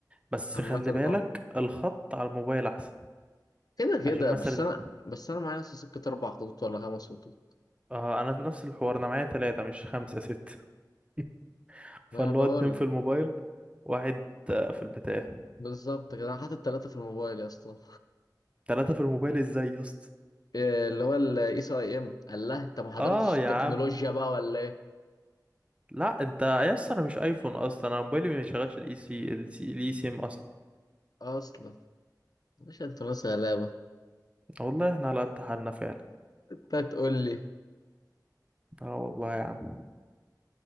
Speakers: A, on the right; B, on the left.
A: بس
B: عامة
A: خلي
B: اه
A: بالك الخط على الموبايل احسن
B: كده كده
A: عشان مثلا
B: بس انا بس انا معايا أصلا سكة اربع خطوط ولا خمس خطوط
A: آه انا نفس الحوار انا معايا ثلاثة مش خمسة ستة <laughs> فاللي
B: ما انا بقول
A: هو اتنين في
B: لك
A: الموبايل واحد آه، في البتاع
B: بالظبط كده انا حاطط ثلاثة في الموبايل يا اسطى
A: ثلاثة في الموبايل ازاي يا اسطى
B: إيه اللي هو الاي سي اي ام قال لها انت ما حضرتش
A: اه يا
B: التكنولوجيا
A: عم
B: بقى ولا ايه
A: لا انت يا اسطى انا مش ايفون اصلا انا موبايلي ما بيشغلش الاي سي الاي سي ام اصلا
B: اصلا مش انت ناس غلابه
A: والله احنا على قد حالنا فعلا
B: انت هتقول لي
A: اه والله يا عم